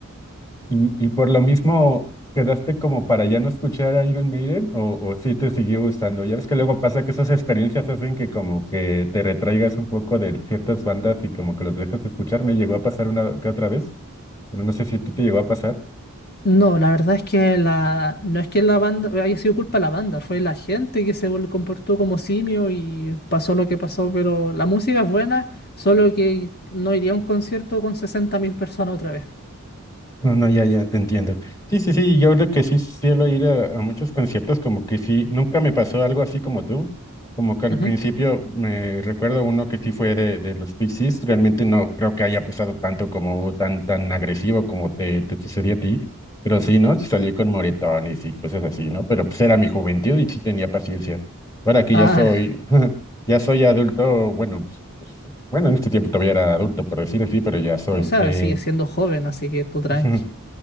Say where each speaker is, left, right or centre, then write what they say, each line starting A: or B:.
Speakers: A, on the left; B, on the left.
A: Y, y por lo mismo, ¿quedaste como para ya no escuchar a Iron Maiden o, o sí te siguió gustando? Ya ves que luego pasa que esas experiencias hacen que como que te retraigas un poco de ciertas bandas y como que los dejas de escuchar. Me llegó a pasar una que otra vez, pero no sé si a ti te llegó a pasar.
B: No, la verdad es que la, no es que la banda haya sido culpa de la banda, fue la gente que se vol- comportó como simio y pasó lo que pasó, pero la música es buena, solo que no iría a un concierto con 60.000 personas otra vez.
A: No, no, ya, ya, te entiendo. Sí, sí, sí, yo creo que sí suelo ir a, a muchos conciertos, como que sí, nunca me pasó algo así como tú, como que al
B: Ujú.
A: principio me recuerdo uno que sí fue de, de los Pixies, realmente no creo que haya pasado tanto como tan, tan agresivo como te, te sucedió a ti, pero sí, ¿no? Sí salí con moretones y cosas así, ¿no? Pero pues era mi juventud y sí tenía paciencia. Ahora que
B: Ah,
A: ya soy, <laughs> ya soy adulto, bueno, pues, bueno, en este tiempo todavía era adulto, por decir así, pero ya soy
B: O sea,
A: de...
B: sigue siendo joven, así que tú tranqui.
A: <laughs>